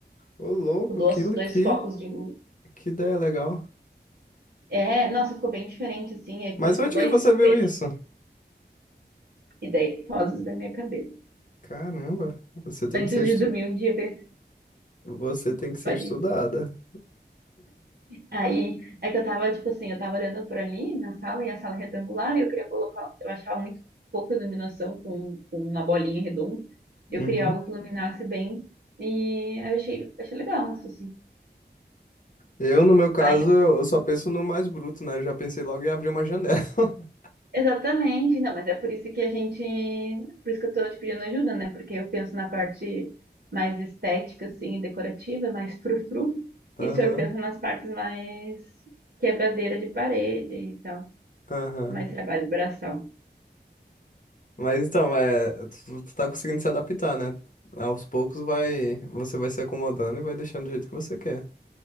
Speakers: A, on the left; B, on the right.
A: Ô, louco,
B: com duas,
A: que, li-
B: dois
A: que,
B: focos de luz.
A: que ideia legal.
B: É, nossa, ficou bem diferente, assim, aí ficou
A: Mas
B: tipo
A: onde
B: dois
A: que você viu
B: feixes,
A: isso?
B: ideias, vozes da minha cabeça.
A: Caramba, você tem
B: Antes
A: que ser
B: de
A: estu...
B: dormir um dia, eu pensei,
A: você tem que ser
B: pode
A: estudada.
B: ir. Aí é que eu tava, tipo assim, eu tava olhando por ali na sala e a sala é retangular e eu queria colocar, eu achava muito pouca iluminação com, com uma bolinha redonda.
A: Uhum.
B: Eu queria algo que iluminasse bem e aí eu achei, achei legal isso, assim.
A: Eu, no meu caso,
B: Aí, eu-
A: eu eu só penso no mais bruto, né? Eu já pensei logo em abrir uma janela. <laughs>
B: exatamente, não, mas é por isso que a gente, por isso que eu tô te pedindo ajuda, né? Porque eu penso na parte mais estética, assim, e decorativa, mais frufru,
A: Aham,
B: e o senhor pensa nas partes mais quebradeira de parede e tal,
A: aham.
B: mais trabalho braçal.
A: Mas então, é, tu, tu tá conseguindo se adaptar, né? Aos poucos vai, você vai se acomodando e vai deixando do jeito que você quer.